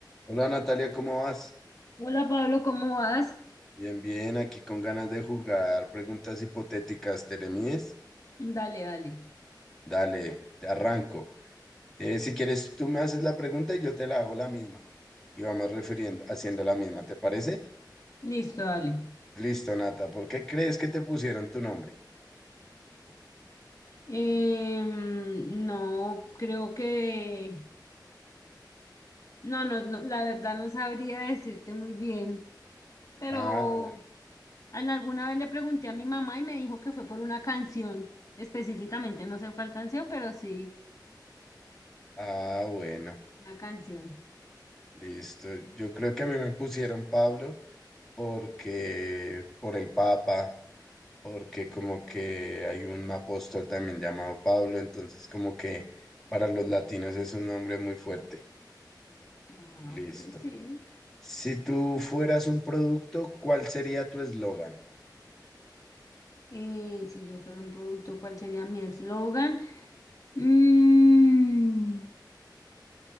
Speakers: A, in the centre; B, on the left.
A: Hola Natalia, ¿cómo vas?
B: Hola Pablo, ¿cómo vas?
A: Bien, bien, aquí con ganas de jugar preguntas hipotéticas, ¿te le mides?
B: Dale, dale.
A: Dale, te arranco. Eh, si quieres, tú me haces la pregunta y yo te la hago la misma. Y vamos refiriendo, haciendo la misma, ¿te parece?
B: Listo, dale.
A: Listo, Nata, ¿por qué crees que te pusieron tu nombre?
B: Em, no, creo que... No, no, no, la verdad no sabría decirte muy bien, pero
A: Ah, bueno,
B: en alguna vez le pregunté a mi mamá y me dijo que fue por una canción, específicamente, no sé cuál canción, pero sí,
A: ah, bueno,
B: una canción.
A: listo. Yo creo que a mí me pusieron Pablo porque por el Papa porque como que hay un apóstol también llamado Pablo, entonces como que para los latinos es un nombre muy fuerte.
B: Ah,
A: Listo.
B: ok, sí.
A: Si tú fueras un producto, ¿cuál sería tu eslogan?
B: Eh, si yo fuera un producto, ¿cuál sería mi eslogan? Mm.